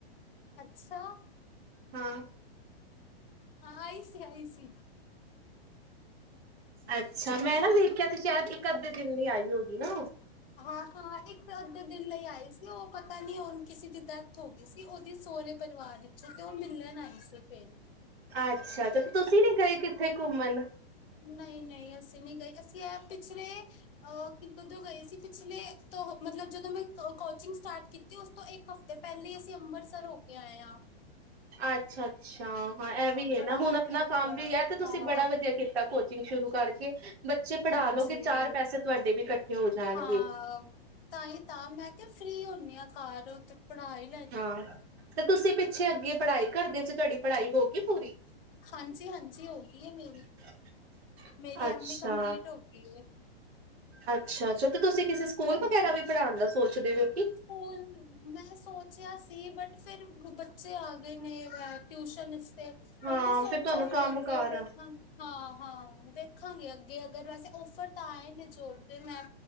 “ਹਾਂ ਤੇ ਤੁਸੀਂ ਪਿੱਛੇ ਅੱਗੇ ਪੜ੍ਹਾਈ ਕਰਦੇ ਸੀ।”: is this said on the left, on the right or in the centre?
Right